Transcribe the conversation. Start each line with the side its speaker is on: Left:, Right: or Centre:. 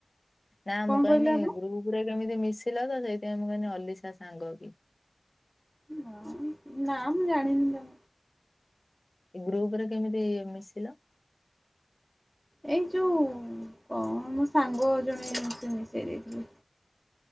Left: -ନା
Right: କଣ
Left: ମୁଁ କହିଲି
Right: କହିଲେ ଆପଣ?
Left: ଗ୍ରୁପ୍ ପୁରା କେମିତି ମିଶିଲ ଯେ ସେଇଥିପାଇଁ ମୁଁ କହିଲି ଅଲିସା ସାଙ୍ଗ କି।
Right: ହଁ- ନା ମୁଁ ଜାଣିନି ତ।
Left: ଏ ଗ୍ରୁପ ରେ କେମିତି ମିଶିଲ?
Right: ଏଇ ଯଉ କଣ ମୋ ସାଙ୍ଗ ଜଣେ ସେ ମିଶେଇ ଦେଇଥିଲେ।